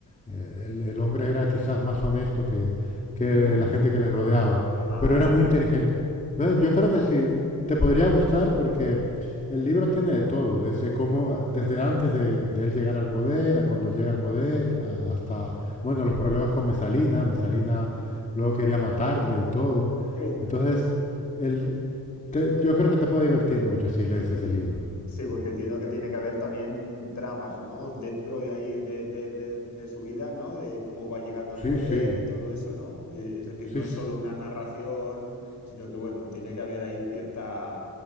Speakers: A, on the left (about 20°); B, on the left (about 55°).
A: eh, el, el hombre era quizás más honesto que, que
B: Ujú.
A: la gente que les rodeaba,
B: Ah,
A: pero
B: hostia.
A: era muy inteligente. Entonces,
B: Ujú.
A: yo creo que sí, te podría gustar porque el libro tiene de todo, desde cómo, desde antes de, de él llegar al poder, a cuando llega al poder, a- hasta, bueno, los problemas con Mesalina. Mesalina luego quería matarle y todo.
B: ¿Qué?
A: Entonces,
B: Sí,
A: el, te- yo creo que te puede divertir mucho si lees
B: sí.
A: ese libro.
B: Sí, porque entiendo que tiene que haber también tramas, ¿no? Dentro de ahí de, de, de, de su vida, ¿no? De cómo va llegando al
A: Sí,
B: poder
A: sí,
B: y todo eso, ¿no? De- es decir,
A: sí,
B: no
A: s-
B: es solo una narración, sino que, bueno, tiene que haber ahí cierta,